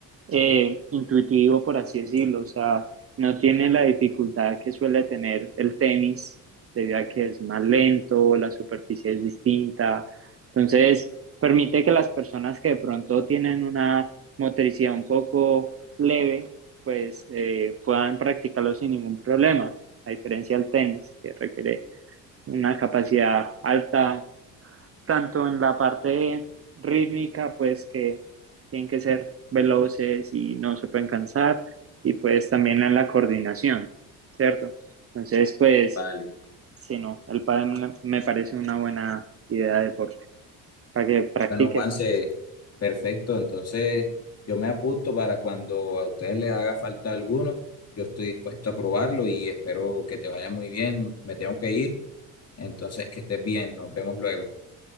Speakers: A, on the right; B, on the left.
A: eh, intuitivo, por así decirlo. O sea, no tiene la dificultad que suele tener el tenis, debido a que es más lento, la superficie es distinta. Entonces, permite que las personas que de pronto tienen una motricidad un poco leve, pues eh, puedan practicarlo sin ningún problema, a diferencia del tenis, que requiere una capacidad alta, tanto en la parte rítmica, pues que tienen que ser veloces y no se pueden cansar, y pues también en la coordinación, ¿cierto? Entonces, pues,
B: Vale.
A: sí, no, el pádel me parece una buena idea de deporte para que practiques.
B: Bueno, Juanse, perfecto. Entonces, yo me apunto para cuando a ustedes les haga falta alguno. Yo estoy dispuesto a probarlo y espero que te vaya muy bien. Me tengo que ir. Entonces, que estés bien, nos vemos luego.